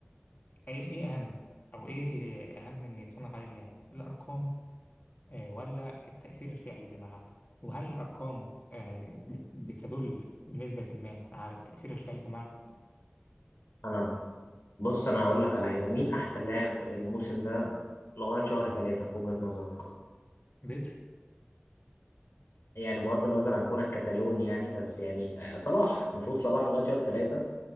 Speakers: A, on the left; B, on the left.
A: إيه إيه أهم أو إيه اللي أهم إن يتصنف عليه اللاعب الأرقام آه، ولا التأثير الفعلي في الملعب وهل الأرقام آه، بت- بتدل بنسبة ما على التأثير الفعلي في الملعب؟
B: انا بص انا هقول لك على حاجه مين احسن لاعب الموسم ده لغايه شهر ثلاثة في وجهه نظرك
A: بدري
B: يعني بغض النظر عن كونك كتالوني يعني بس يعني آه، صلاح المفروض صلاح لغايه شهر ثلاثة